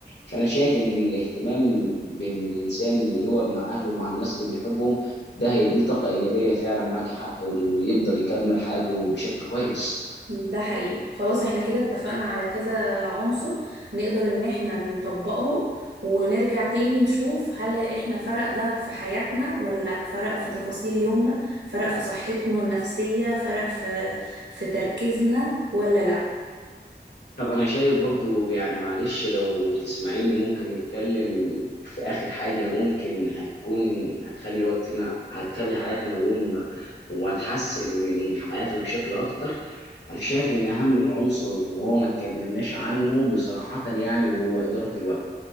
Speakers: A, on the left; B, on the right.
A: فانا شايف ان الاهتمام بان الانسان يقعد مع اهله ومع الناس اللي بيحبهم ده هيديه طاقه ايجابيه فعلا معاك حق وانه يقدر يكمل حياته بشكل كويس
B: ده حقيقي خلاص احنا كده اتفقنا على كذا عنصر نقدر ان احنا نطبقهم ونرجع تاني نشوف هل احنا فرق ده في حياتنا ولا لا فرق في تفاصيل يومنا فرق في صحتنا النفسية فرق في في تركيزنا ولا لا
A: طب انا شايف برضو يعني معلش لو تسمعيني ممكن نتكلم في اخر حاجه ممكن هتكون هتخلي وقتنا هتخلي حياتنا ويومنا وهتحسن من حياتنا بشكل اكتر انا شايف ان اهم عنصر وهو ما اتكلمناش عنه بصراحه يعني هو اداره الوقت